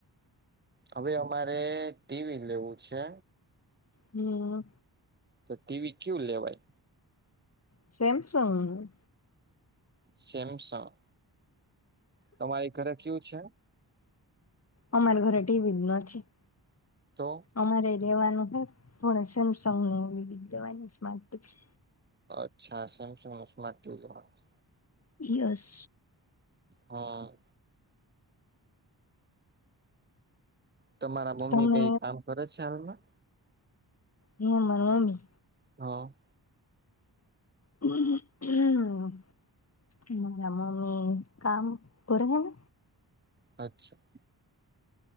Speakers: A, on the right; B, on the left.
A: હવે અમારે ટીવી લેવું છે.
B: હમ્મ.
A: તો ટીવી ક્યુ લેવાય.
B: Samsung
A: Samsung. તમારી ઘરે કયુ છે.
B: અમારે ઘરે ટીવી જ નથી
A: તો
B: અમારે લેવાનું હોય પણ સેમસંગ ને એલીડી લેવાની સ્માર્ટ ટીવી.
A: અચ્છા સેમસંગ ના સ્માર્ટ ટીવી લેવાની છે.
B: યસ.
A: હા. તો તમારા મમ્મી
B: તમે
A: કઈ કામ કરે છે હાલમાં.
B: એયા મનો ની
A: હા.
B: <unintelligible> મારા મમ્મી કામ પરા હે ને.
A: અચ્છા.